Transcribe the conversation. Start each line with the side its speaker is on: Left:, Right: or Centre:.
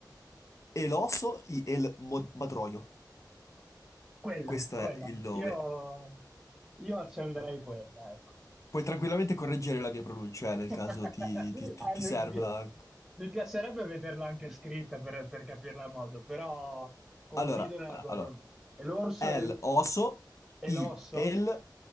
Left: El oso y el mo- madroño.
Centre: Quella,
Left: Questo
Centre: quella.
Left: è il nome.
Centre: Io, io accenderei quella, ecco.
Left: Puoi tranquillamente correggere la mia pronuncia, eh, nel
Centre: <laughs>
Left: caso ti, ti, ti-
Centre: Eh,
Left: ti
Centre: mi,
Left: serva.
Centre: pi- mi piacerebbe vederla anche scritta per, per capirla a modo, però confido
Left: Allora,
Centre: nella
Left: eh,
Centre: tua
Left: allora,
Centre: pronuncia. E l'orso
Left: el
Centre: è il,
Left: oso
Centre: è
Left: y
Centre: l'osso?
Left: el